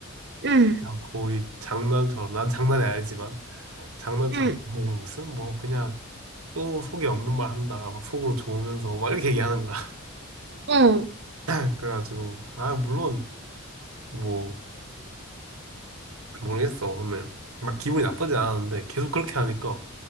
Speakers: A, on the right (about 50°); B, on the right (about 90°).
A: 응,
B: 그냥 거의 장난처럼 난 장난이 아니지만. 장난처럼
A: 응,
B: "아, 이게 무슨 뭐 그냥 또 속에 없는 말 한다 막 속으로 좋으면서 막 이렇게 얘기하는 거야
A: 어,
B: <laughs> 그래가지고 아 물론 뭐 모르겠어 근데 막 기분이 나쁘진 않았는데 계속 그렇게 하니까